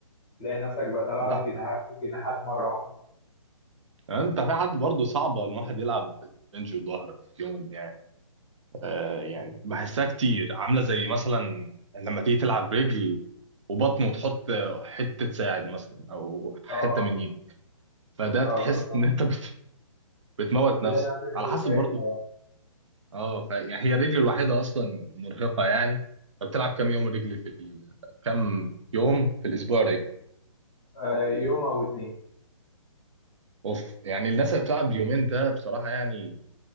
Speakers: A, in the centre; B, on the right.
A: تلاقي نفسك بقى طالع
B: انت
A: لك جناحات جناحات مره واحده
B: انت في حد برضو صعبه الواحد يلعب بنج وظهر في يوم يعني آه يعني
A: مم.
B: بحسها كتير عامله زي مثلا لما تيجي تلعب رجل وبطن وتحط حته ساعد مثلا او حته
A: اه
B: من ايدك فده
A: اه
B: تحس
A: بس
B: ان انت بت- بتموت
A: بتلاقي
B: نفسك
A: نفسك انت
B: على حسب
A: تعبت
B: برضو
A: اه
B: اه ف- يعني هي الرجل الوحيده اصلا مرهقه يعني فبتلعب كام يوم رجل في ال... كام يوم في الاسبوع رجل
A: آه، يوم او اتنين
B: اوف يعني الناس اللي بتلعب يومين ده بصراحه يعني